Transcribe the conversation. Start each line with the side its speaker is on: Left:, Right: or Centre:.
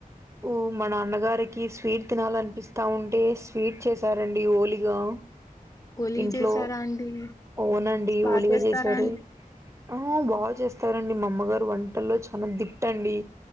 Right: ఓ మన అన్నగారికి స్వీట్ తినాలనిపిస్తా ఉంటే స్వీట్ చేసారండి ఓలిగా
Left: ఒలిగ
Right: ఇంట్లో
Left: చేసారా అండి
Right: అవ్నండి
Left: బాగా
Right: ఓలిగా
Left: చేస్తారా
Right: చేసారు
Left: అండి
Right: ఆ బాగా చేస్తారండి మా అమ్మగారు వంటల్లో చాలా దిట్టండి